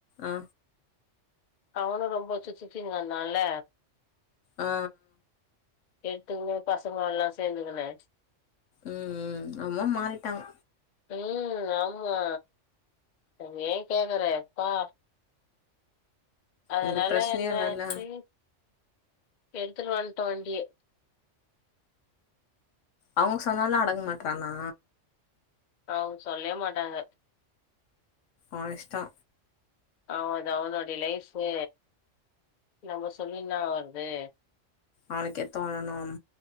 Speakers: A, on the left; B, on the left.
A: ஆ
B: அவனு ரொம்ப சுத்தி சுத்தின் வந்தால்ல
A: அ ஆ
B: எத்துக்குனு பசங்கள்ல்லா சேந்துக்குனு
A: ம் ம் அமா மாறிட்டாங்
B: ம் ஆமா அது ஏ கேக்குறே பா அதனால
A: இந்த பிரச்சனையே
B: என்ன
A: இல்லல்ல
B: ஆச்சு எடுத்துட்டு வன்ட்டோ வண்டிய
A: அவுங் சொன்னாலு அடங் மாட்றானா
B: அவுங் சொல்லே மாட்டாங்க
A: உ இஷ்டோ
B: அவ் அது அவனோடைய லைஃபு நம்ம சொல்லி இன்னா ஆவற்து
A: அவனுக்கே தோணணும்